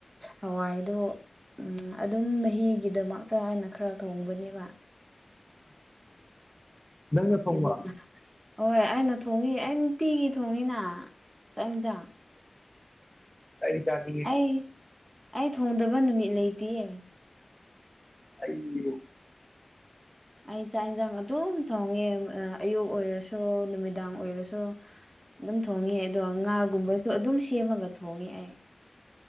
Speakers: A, on the right; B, in the centre.
A: ꯍꯋꯥꯏꯗꯨ ꯎꯝ ꯑꯗꯨꯝ ꯃꯍꯤꯒꯤꯗꯃꯛꯇ ꯍꯥꯏꯅ ꯈꯔ ꯊꯣꯡꯕꯅꯦꯕ
B: ꯎꯝ ꯅꯪꯅ ꯊꯣꯡꯕ
A: ꯏꯕꯣꯛꯅ ꯍꯣꯏ ꯑꯩꯅ ꯊꯣꯡꯉꯤ ꯑꯩ ꯅꯨꯡꯇꯤꯒꯤ ꯊꯣꯡꯉꯤꯅ ꯆꯥꯛ ꯍꯦꯟꯖꯡ
B: ꯆꯩ ꯆꯥꯅꯤ
A: ꯑꯩ ꯑꯩ ꯊꯣꯡꯗꯕ ꯅꯨꯃꯤꯠ ꯂꯩꯇꯤꯌꯦ
B: ꯑꯩ
A: ꯑꯩ ꯆꯥꯛ ꯌꯦꯟꯖꯡ ꯑꯗꯨꯝ ꯊꯣꯡꯉꯦ ꯑꯌꯨꯛ ꯑꯣꯏꯔꯁꯨ ꯅꯨꯃꯤꯗꯥꯡ ꯑꯣꯏꯔꯁꯨ ꯑꯗꯨꯝ ꯊꯣꯡꯉꯦ ꯑꯗꯣ ꯉꯥꯒꯨꯝꯕꯁꯨ ꯑꯗꯨꯝ ꯁꯦꯝꯃꯒ ꯊꯣꯡꯉꯦ ꯑꯩ